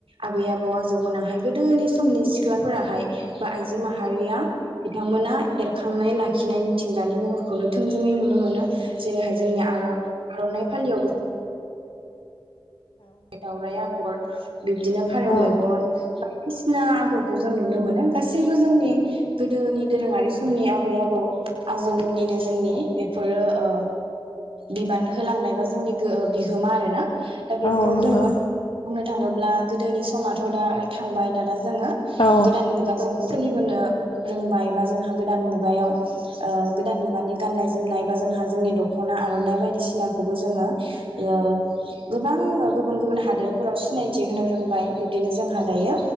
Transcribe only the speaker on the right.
आबै आबौ आजौमोनाहाय गोदोनि समनि सिख्लाफोराहाय बा आइजो माहारिया बिथांमोना एरखांनाय लाखिनाय मिथिंगानि महरखौनो थोंजोङै नुनो मोनो जेरैहाय जोंनिया आरो आरनाइ फालियावबो दावराइ आगर <inaudible> बिब्दिनो फारेव
मेगन <unintelligible> आगरखौ जों नुनो मोनो। गासैबो जोंनि गोदोनि दोरोङारि समनि आबै आबौ आजौ आबौमोननिनो जोंनि बेफोरो ओ बिबान होलांनायबा जोंनि बिहोमा आरोना दा बेखौ
जोङो बुंनो थाङोब्ला गोदोनि समाथ' दा थांबाय दाना जोङो
गोदान मुगाजों सोलि जोङो रोंबाय बा जोंहा गोदान मुगायाव ओ गोदान मुगानि गाननाय जोमनाय बा जोंहा जोंनि दखना आरनाइ बायदिसिनाखौबो जोङो ओ गोबां गुबुन गुबुन हादोरफोराव सिनायथि होनो रोंबाय। बिब्दिनो जों हा दायो